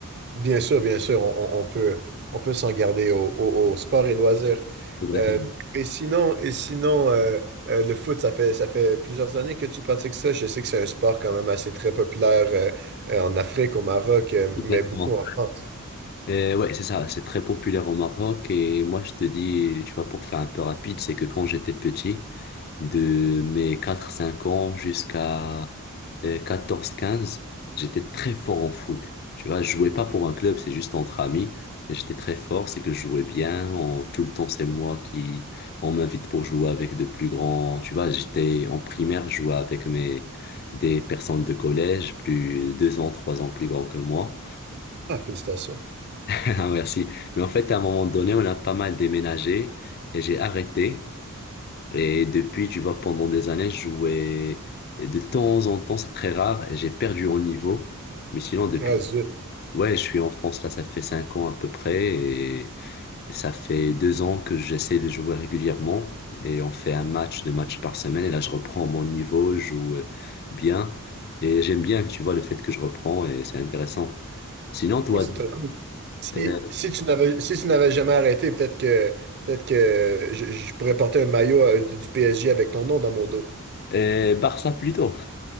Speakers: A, on the right; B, on the left.
A: Bien sûr, bien sûr, on, on- on peut, on peut s'en garder au, au- au sport et loisirs.
B: Exactement.
A: Euh, et sinon, et sinon euh, euh, le foot, ça fait, ça fait plusieurs années que tu pratiques ça. Je sais que c'est un sport quand même assez très populaire euh, euh, en Afrique, au Maroc, euh,
B: Exactement.
A: mais beaucoup en France.
B: Euh, ouais, c'est ça, c'est très populaire au Maroc et moi je te dis, tu vois, pour faire un peu rapide, c'est que quand j'étais petit, de mes quatre cinq ans jusqu'à euh, quatorze quinze j'étais très fort en foot. Tu vois, je jouais pas pour un club, c'est juste entre amis, et j'étais très fort, c'est que je jouais bien, on- tout le temps c'est moi qui, on m'invite pour jouer avec de plus grands, tu vois, j'étais en primaire, je jouais avec mes, des personnes de collège, plus deux ans, trois ans plus grands que moi.
A: Ah, félicitations.
B: <laughs> Ah, merci. Mais en fait, à un moment donné, on a pas mal déménagé et j'ai arrêté. Et depuis, tu vois, pendant des années, je jouais et de temps en temps, c'est très rare, et j'ai perdu en niveau. Mais sinon, depuis,
A: Ah, zut.
B: ouais, je suis en France, là, ça fait cinq ans à peu près, et et ça fait deux ans que j'essaie de jouer régulièrement. Et on fait un match, deux matchs par semaine, et là, je reprends mon niveau, je joue euh, bien. Et j'aime bien, tu vois, le fait que je reprends, et c'est intéressant. Sinon, toi,
A: Ouais, c'est très cool. Si,
B: euh,
A: si tu n'avais si tu n'avais jamais arrêté, peut-être que peut-être que je, je pourrais porter un maillot euh, du, du PSG avec ton nom dans mon dos.
B: euh, Barça plutôt.